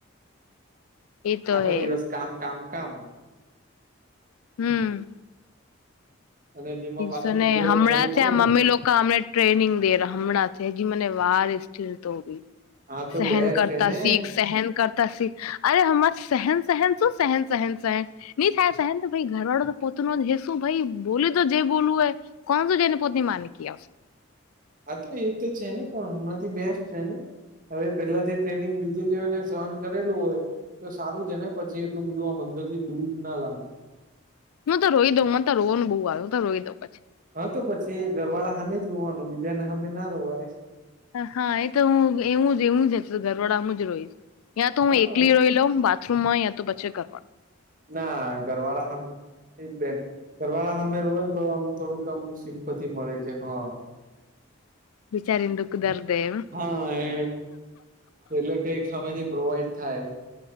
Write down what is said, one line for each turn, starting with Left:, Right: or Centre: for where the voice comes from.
Left: એ તો
Right: આખો
Left: હૈ
Right: દિવસ કામ કામ કામ
Left: હમ.
Right: અને તેમાં પાછું
Left: સો ને
Right: બે
Left: હમણાં
Right: ભાઈ
Left: છે
Right: હોય
Left: આ મમ્મી
Right: ને
Left: લોકો અમને ટ્રેનિંગ દે હમણાં સજી મને વાર સ્થિર તોવી
Right: હા તો
Left: સહેન
Right: બેસ્ટ
Left: કરતા
Right: હેને
Left: શીખ સહેન કરતા અરે હ સહેન સહેન શું સહેન સહેન સહેન નહી થાય સહેન ઘરવાળો તો પતનો હેસુ ભાઈ બોલી તો જેય બોલું હૈ કોનસો જેને પત્ની માની ક
Right: આ તોું એ તો છે ને પણ હમણાં થી બેસ્ટ છે ને હવે પેલા થી ટ્રેનિંગ લીધેલી હોય ને સહન કરેલું હોય. તો સારું છે ને પછી એટલું બધું આ મંદર થી દુઃખ ના લાગે
Left: હું તો રોઈ દઉં મને તો રોવાનું બહુ આવ તો રોઈ દઉં પછી.
Right: હા તો પછી ઘરવાળા સામે જ રોવાનું બીજાને સામે ના રોવાય
Left: હા એ તો હું એવું જ એવું જ ઘરવાડામાં જ રોઈશ તયાં તો હું
Right: હા
Left: એકલી રોઈ લઉં બા થ્રુ યા તોચ્ચે કરવાનું.
Right: ના ઘરવાળા હમ એક બેન ઘવાળા અમે રોય ને તો આમ થોડુંક આમ સિમપતિ મળે કે હા
Left: બિચારીન દુઃખ દરદેવ
Right: હા એ એટલે કઈક સામેથી પ્રોવાઈડ થાય.